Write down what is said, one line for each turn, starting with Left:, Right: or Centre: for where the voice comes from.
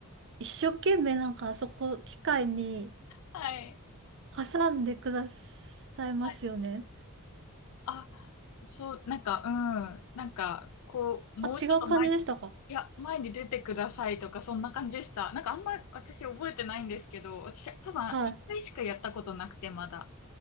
Right: 一生懸命なんかあそこ、機械に
Left: はい。
Right: 挟んでくださいますよね。
Left: はいあ、そう、なんか、うん。なんか、こう、もうちょっと前に、
Right: あ、違う感じでしたか
Left: いや、前に出てくださいとか、そんな感じでした。なんか、あんま私覚えてないんですけど、私、多分、
Right: はい、
Left: 一回しかやったことなくて、まだ。